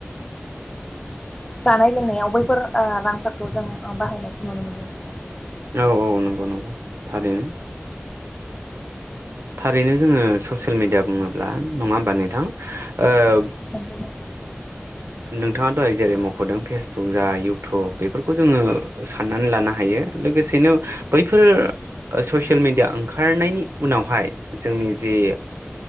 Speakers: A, on the left; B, on the right.
A: जानाय लोंनायाव बैफोर ओ रांफोरखौ जों बाहायनाय नुनो मोन्दोंमोन नोंथां।
B: औ औ नंगौ नंगौ थारैनो थारैनो जोङो ससियेल मिेडिया बुङोब्ला नङा होमबा नोंथां? ओ
A: नंगौ
B: नोंथाङा दहाय जेरै मखदों फेसबुक जा इयउटुब बेफोरखौ जोङो साननानै लानो हायो लोगोसेनो बैफोर ससियेल मेडिया ओंखारनायनि उनावहाय जोंनि जि